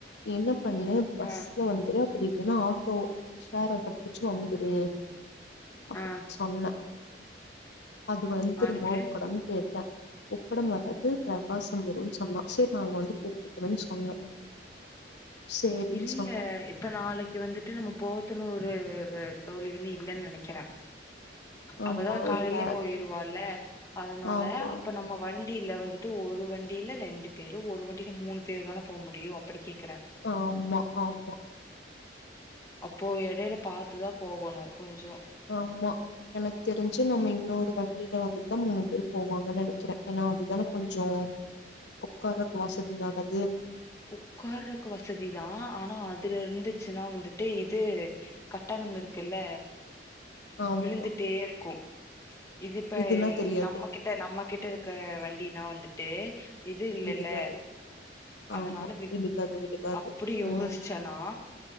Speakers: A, on the left; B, on the left.
A: என்ன பண்ணு பஸ்ல
B: ஆ
A: வந்து அப்படி இல்லன்னா ஆட்டோ ஷேர் ஆட்டோ புடிச்சு வந்துரு அப்படின்
B: ஆ
A: சொன்னே அது வந்துருமா
B: அதுக்கு
A: உக்கடம் கேட்டே உக்கடம் வராது பிரகாசம் வரும்ன்னு சொன்னா சேர் நாங்க வந்து கூப்டுகரன் சொன்னே சேரின்னு
B: இல்ல
A: சொன்னா
B: இப்ப நாளைக் கி வந்துட்டு நம்ம போத்தனுறு தோழி வந்து இல்லன் நினைக்கிறே
A: ஆமா
B: அவதா காலையிலே
A: இல்ல
B: போயிருவால அதனால
A: ஆமா
B: அப்ப நம்ம வண் டில வந்துட்டு ஒரு வண்டியில ரெண்டு பேரு ஒரு வண்டியில மூணு பேரு தான போக முடியு அப்படி கேக்கறே
A: ஆம்மா ஆம்மா
B: அப்போ எடையில பாத்துதா போகணு கொஞ்சோ
A: ஆமா எனக்கு தெரிஞ்சு நம்ம இன்னொரு வண்டியில வந்துதா மூணு பேர் போவாங்கன் நினைக்கிறே ஏன்னா அதுதான கொஞ்சோ உக்காரக் வசதியானது
B: உக்காரக்கு வசதிதா ஆனா அதுல இருந்துச்சுன்னா வந்துட்டு இது கட்டணம் இருக்குல்ல
A: ஆமா
B: விழுந்துட்டே இருக்கு இது இப்ப
A: இதுன்னா தெரியாது
B: நம்ம கிட் நம்ம கிட்ட இருக்க வண்டினா வந்துட்டு இது இல்லல்ல
A: விழுகாது ஆமா
B: அதனால
A: விழுகாது வழுகாது
B: அப்டி யோசிச்சனா
A: ம்